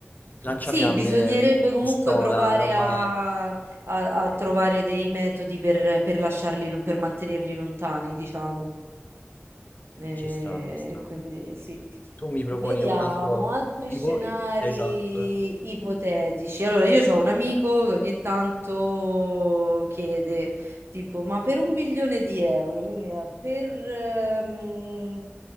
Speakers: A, on the left; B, on the right.
A: lanciafiamme,
B: Sì, bisognerebbe comunque
A: pistola,
B: provare
A: roba...
B: a, a- a trovare dei metodi per, per lasciarli, lo- per mantenerli lontani, diciamo. Eh,
A: Ci sta, ci sta.
B: quindi sì.
A: Tu mi proponi
B: Vediamo
A: un altro...
B: altri
A: tipo-
B: scenari
A: Esatto.
B: ipotetici. Allora, io ho un amico che ogni tanto chiede, tipo, ma per un milione di euro, quindi eh, per, ehm,